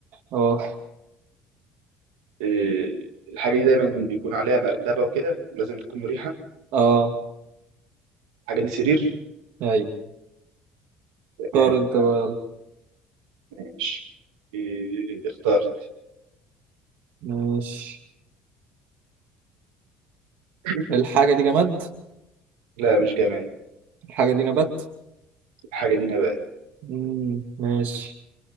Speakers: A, on the right; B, on the right.
A: اه
B: إيه، الحاجة دي دايما بيكون عليها مرتبة وكده لازم تكون مريحة
A: اه
B: الحاجة دي سرير
A: ايوه
B: تمام
A: اختار انت
B: آه،
A: بقى يلا.
B: ماشي إيه، اخترت
A: ماشي
B: <clears throat>
A: الحاجه دي جماد
B: لا مش جماد
A: الحاجه دي نبات
B: الحاجة دي نبات
A: مم. ماشي